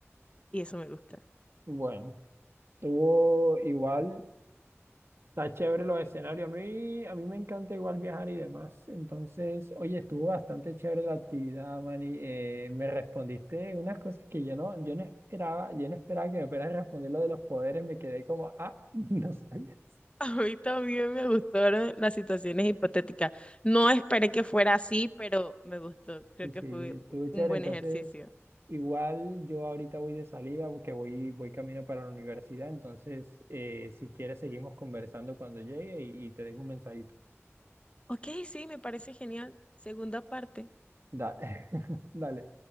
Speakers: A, on the left (about 25°); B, on the right (about 55°).
A: Y eso me gusta.
B: Bueno, tuvo igual, está chévere los escenarios. A mí, a mí me encanta igual viajar y demás. Entonces, oye, estuvo bastante chévere la actividad, Mani. Eh,
A: <laughs>
B: me respondiste unas cosas que yo no, yo no esperaba, yo no esperaba que me fueras a responder lo de los poderes. Me quedé como, ah, <laughs> no sabía.
A: A mí también me gustaron las situaciones hipotéticas. No esperé que fuera así, pero me gustó. Creo
B: Sí,
A: que
B: sí,
A: fue
B: estuvo chévere.
A: un buen
B: Entonces,
A: ejercicio.
B: igual yo ahorita voy de salida porque voy, voy camino para la universidad. Entonces, eh, si quieres, seguimos conversando cuando llegue y, y te dejo un mensajito.
A: Ok, sí, me parece genial. Segunda parte.
B: Da- <laughs> Dale,